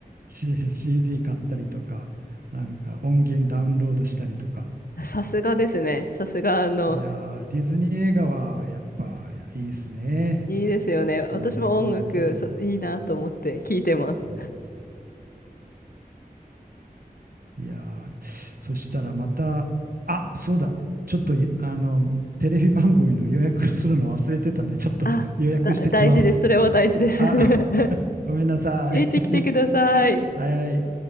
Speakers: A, on the right (about 65°); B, on the left (about 65°).
A: C- CD 買ったりとか、なんか音源ダウンロードしたりとか。
B: <laughs> さすがですね。さすが、あの、
A: いやー、ディズニー映画はやっぱいいっすね。
B: いいですよね。私も音楽、
A: うん、いい、いいと思います。
B: そ、いいなと思って聞いてます。
A: うん、いやー、そしたらまた、あ、そうだ、ちょっとい、あの、テレビ番組の予約するの忘れてたんで、ちょっと予約してきます。
B: あ、だ、大事です。それは大事です。
A: あ、
B: <laughs> 入
A: <laughs> ごめんなさい。
B: れてきてください。
A: <laughs> はい。